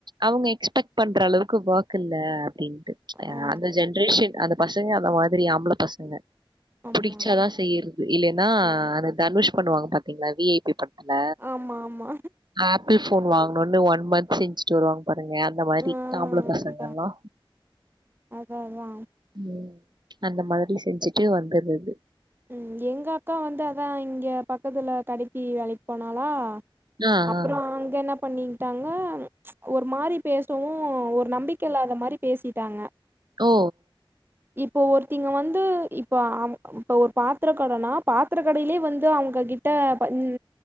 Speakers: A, on the right; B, on the right.
A: அவ்ங்க எக்ஸ்பெக்ட் பண்ற அளவுக்கு வொர்க் இல்ல அப்டின்ட்டு அ
B: ஆ
A: அந்த ஜென்ரேஷன் அந்த பசங்க அந்த மாதிரி ஆம்பள பசங்க
B: ஆமா
A: புடிச்சாதா செய்யறது இல்லைனா
B: ஆ
A: அந்த தனுஷ் பண்ணுவாங்க பாத்தீங்ளா வி ஐ பி படத் துல
B: ஆமா ஆமா
A: ஆப்பிள் ஃபோன் வாங்கனுனு ஒன் மந்த் செஞ்சிட்டு வருவாங்க பாருங்க அந்த மாரி
B: ஆ
A: ஆம்பள பசங்கல்லா
B: அதா அதா அதா
A: ம் அந்த மாதிரி செஞ்சிட்டு வந்துர்றது
B: ம் எங்க அக்கா வந்து அதா இங்கெ பக்கத்துல கடைக்கி வேலைக்கு போனாளா
A: ஆ,
B: அப்றோ
A: ஆ.
B: அங்க என்னப் பண்ணிட்டாங்க ஒரு மாரி பேசவு ஒரு நம்பிக்க இல்லாத மாரி பேசிட்டாங்க
A: ஓ ஓ
B: இப்போ ஒருத்தி இங்க வந்து இப்ப அவ்ங் அவ் இப்ப ஒரு பாத்திர கடனா பாத்திர கடையிலே வந்து அவ்ங்க கிட்ட ப இந்